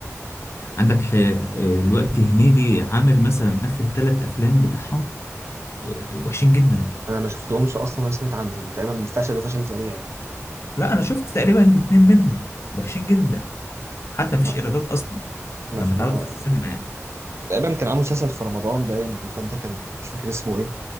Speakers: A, on the left; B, on the right.
A: عندك ح- الوقت هنيدي عامل مثلا اخر ثلاث افلام بتاعهم وحشين جدا
B: انا ما شفتهمش اصلا ولا سمعت عنهم تقريبا فشلوا فشل ذريع يعني
A: لا انا شفت تقريبا اتنين منهم وحشين جدا حتى مفيش
B: ما
A: ايرادات اصلا
B: ما
A: لما
B: ما
A: اتعرضوا في السينما يعني
B: تقريبا كان عامل مسلسل في رمضان باين اللي فات ده كان مش فاكر اسمه ايه